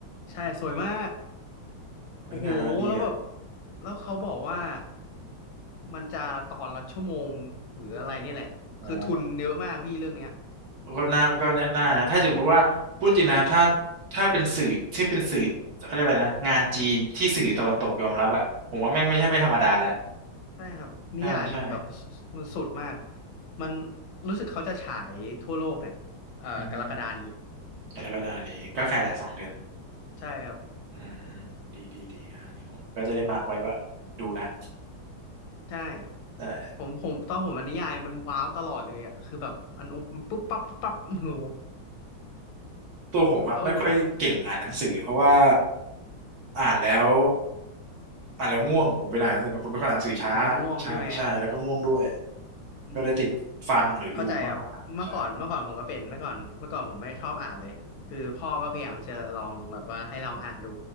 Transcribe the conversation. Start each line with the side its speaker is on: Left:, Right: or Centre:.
Left: ใช่สวยมาก
Right: เฮ้ยงานอาร์ตดีอ่ะ
Left: โอ้โหแล้วแบบแล้วเขาบอกว่ามันจะตอนละชั่วโมงหรืออะไรเนี่ยแหละคือทุนเยอะมากพี่เรื่องเนี้ย
Right: อ๋อ ก็น่าก็น่านะถ้าสมมติว่าพูดจริงนะถ้าถ้าเป็นสื่อที่เป็นสื่อเขาเรียกอะไรนะงานจีนที่สื่อตะวันตกยอมรับอ่ะผมว่าแม่งไม่ใช่ไม่ธรรมดาแหละ
Left: ใช่ครับนิยายมันแบบ
Right: ใช่ใช่
Left: มันสุดมากมันรู้สึกเขาจะฉายทั่วโลกเนี่ยเอ่อกรกฎานี้
Right: อืมแต่แล้วก็ได้นี้ก็ใกล้ละสองเดือน
Left: ใช่ครับ
Right: อืมดีดีดีอันนี้ผมก็จะได้มาร์กไว้ว่าดูนะ
Left: ใช่
Right: <laughs> แต่
Left: ผมผมตอนผมอ่านนิยายมันว้าวตลอดเลยอ่ะคือแบบอันปุ๊บปั๊บปุ๊บปั๊บโอ้โห
Right: ตัวผมอะไม่ค่อยเก่งอ่านหนังสือเพราะว่า
Left: เอาเนี่ย
Right: อ่านแล้วอ่านแล้วง่วงผมเป็นอ่านหนังสือผมเป็นคนอ่านหนังสือช้าใช่ใช่แล้วก็ง่วงด้วย
Left: อ่ะเราง่วงใช่ไหม อืม
Right: ก็เลยติดฟังหรือดูมากกว่าใช่
Left: เข้าใจครับเมื่อก่อนเมื่อก่อนผมก็เป็นเมื่อก่อนเมื่อก่อนผมไม่ชอบอ่านเลยคือพ่อก็พยายามจะลองแบบว่าให้ลองอ่านดู